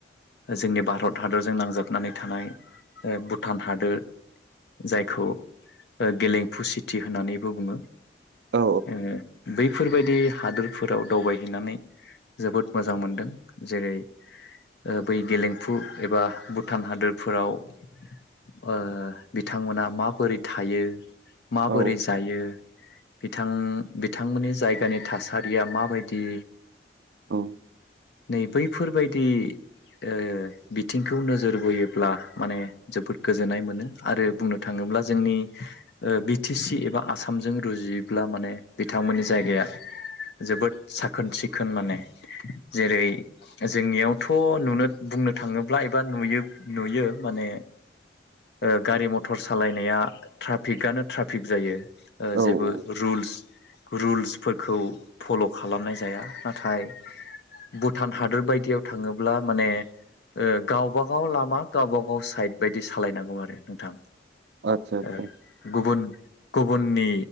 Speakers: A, on the left (about 65°); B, on the right (about 70°).
A: जोंनि भारत हादरजों नांजाबनानै थानाय ओ भुटान हादोर जायखौ ओ गेलेमफु सिटि होननानैबो बुङो
B: औ
A: ओ बैफोरबायदि हादोरफोराव दावबायहैनानै जोबोद मोजां मोनदों। जेरै ओ बै गेलेमफु एबा भुटान हादोरफोराव ओ बिथांमोना माबोरै थायो। माबोरै
B: औ
A: जायो बिथां बिथांमोननि जायगानि थासारिया माबाय दि
B: औ
A: नै बैफोरबायदि ओ बिथिंखौ नोजोर बोयोब्ला माने जोबोद गोजोननाय मोनो आरो बुंनो थाङो ब्ला जोंनि ओ बि टि सि एबा आसामजों रुजुयोब्ला माने बिथांमोननि जायगाया जोबोद साखोन सिखोन माने जेरै जोंनियावथ' नुनो बुंनो थाङोब्ला एबा नुयो नुयो माने ओ गारि मथर सालायनाया ट्राफिकआनो ट्राफिक जायो। ओ
B: औ
A: जेबो
B: औ
A: रुल्स रुल्सफोरखौ फल' खालामनाय जाया नाथाय भुटान हादोर बायदियाव थाङोब्ला माने ओ गावबा गाव लामा गावबा गाव साइद बायदि सालायनांगौ आरो नोंथां।
B: आदसा आदसा
A: ओ गुबुन गुबुननि